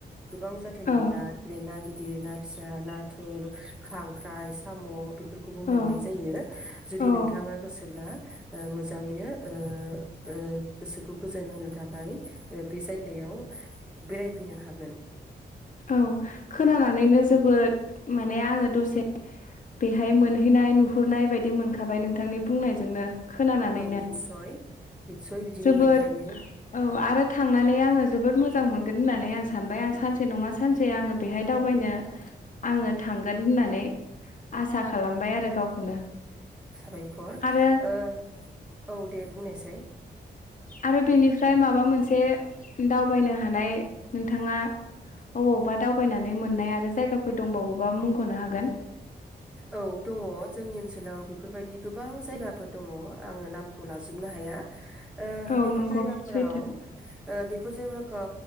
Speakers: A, in the centre; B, on the left.
A: गोबां जाथोनि
B: औ
A: ना जेरै ना गिद दिर ना फिसा नाथुर खांख्राय साम' बेफोरफोरखौबो मोननाय
B: औ
A: जायो जुदि
B: औ
A: नोंथाङा गोसोब्ला ओ मोजाङैनो ओ ओ गोसोखौ गोजोन होनो थाखाय ओ बे जायगायाव बेरायफैनो हागोन।
B: औ खोनानानैनो जोबोद माने आङो दसे बेहाय मोनहैनाय नुहुरनाय बाय दि मोनखाबाय नोंथांनि बुंनायजोंनो खोनानानैनो
A: औ निस्सय निस्सय बिदिनो
B: जोबोद
A: मोनखायो
B: औ आरो थांनानै आङो जोबोद मोजां मोनगोन होननानै आं सानबाय आं सानसे नङा सानसे आङो बेहाय दावबायनो आङो थां थांगोन होननानै। आसा खालामबाय आरो गावखौनो।
A: साबायखर
B: आरो
A: ओ औ दे बुंनायसै।
B: आरो बेनिफ्राय माबा मोनसे दावबायनो हानाय नोंथाङा अबावबा दावबायनानै मोननाय आरो जायगाफोर दंबावावबा मुंखनो हागोन।
A: औ दङ जोंनि ओनसोलाव बेफोरबायदि गोबां जायगाफोर दङ आङो नामखौ लाजोबनो हाया ओ
B: औ
A: बेफोर
B: नंगौ
A: जायगाफोराव
B: सैथो
A: ओ बेफोर जायगाखौ